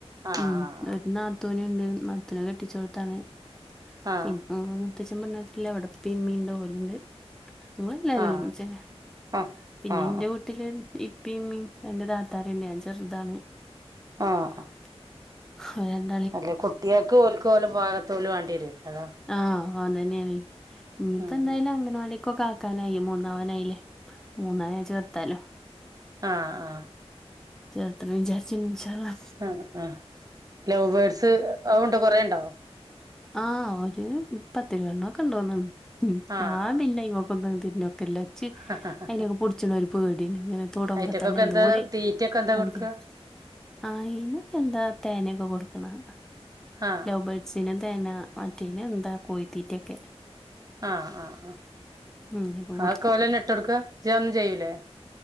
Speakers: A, on the right; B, in the centre.
A: ആഹ്
B: ഉമ് ഒര്ന്നാ തൂന്ണ്ട് നാത്തൂന് കെട്ടിച്ചോട്ത്താണ്
A: ആഹ്
B: പിന്നെ മൂത്തഛൻ പെണ്ണ് കെട്ടീല്ല ഇവടെ യിപ്പി യിമ്മിണ്ട് ഓല്ണ്ട് അങ്ങളെല്ലാരും
A: ആഹ്
B: ഒരുമിച്ചെന്നേ
A: ആഹ്
B: പിന്നെ
A: ആഹ്
B: ഇന്റെ വീട്ടില് യിപ്പി ഇമ്മീ രണ്ട് താത്തര്ണ്ട് ഞാൻ ചെർതാണ്.
A: ആഹ്
B: അഹ്
A: അല്ലെ കുട്ട്യാക്ക് ഓൽക്ക് ഓലേ പാകത്തോല് വാണ്ടിയെരോയ് അതാണ്.
B: ആഹ് ഓൻ തന്നെയെണ് ഇഞ്ഞിപ്പോ
A: ഉം
B: എന്തായാലും അങ്കനവാടി ക്കൊക്കാക്കാനായി മൂന്നാവാനായില്ലേ മൂന്നായാ ചേർത്താലോ
A: ആഹ് ആഹ്
B: ചേർത്തണം വിചാർച്ചീനി ഇൻശാള്ളാ
A: ആഹ് ആഹ് ലവ് ബേർഡ്സ് അ ഉണ്ടൊ കൊറേണ്ടൊ
B: ആഹ് ഒര് പത്തിരുപേണ്ണക്കണ്ടോന്ന് തോന്ന് ണ്
A: ആഹ്
B: ഞാൻ പിന്നെ അയ്മ ക്കൊന്നും തിരിഞ്ഞോക്കല്ല പ്പം ച്ച്
A: ആഹ്
B: അയ്നൊക്കെ പുടച്ച്ണ ഒരു പേട്യാണ് ഇങ്ങനെ തൊടമ്പോ
A: അയിറ്റക്കൊക്കെ
B: തന്നെ എന്തോര്
A: എന്താ തീറ്റൊക്കെ എന്താ
B: മാതിര്യാണ്
A: കൊടുക്ക
B: ആയിനൊക്കെന്താ തെനെക്കെ കൊട്ക്ക്ണാണാ
A: ആഹ്
B: ലൗബേർഡ്സിന് തെന മറ്റേനെന്താ കോയിത്തീറ്റൊക്കെ
A: ആഹ് ആഹ് അഹ്
B: അങ്ങനെയൊക്കെ കൊടുക്കും
A: അഹ് ഒക്ക ഒലന്നെട്ടൊട്ക്കാ ജജ് അഹ് ഒന്നും ചെയ്യൂലേ